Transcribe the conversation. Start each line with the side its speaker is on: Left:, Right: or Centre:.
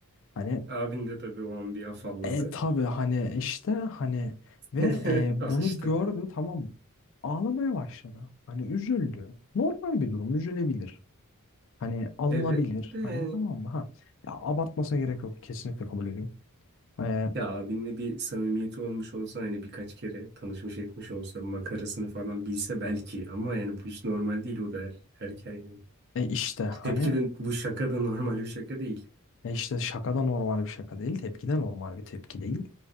Left: Hani
Right: Abin de tabii o an bir afalladı.
Left: e tabii hani işte hani ve
Right: <laughs>
Left: e, bunu
Right: Alıştı.
Left: gördü tamam mı? Ağlamaya başladı. Hani üzüldü. Normal bir durum üzülebilir. Hani alınabilir.
Right: Evet de
Left: Hani
Right: yani.
Left: tamam mı? Ha. Ya abartmasına gerek yok. Kesinlikle kabul ediyorum. Ee,
Right: Ya abinle bir samimiyeti olmuş olsa hani birkaç kere tanışmış etmiş olsa makarasını falan bilse belki ama yani bu hiç normal değil o da her, erkeğe.
Left: e işte hani
Right: Tepki de bu şaka da normal bir şaka değil.
Left: e işte şaka da normal bir şaka değil. Tepki de normal bir tepki değil.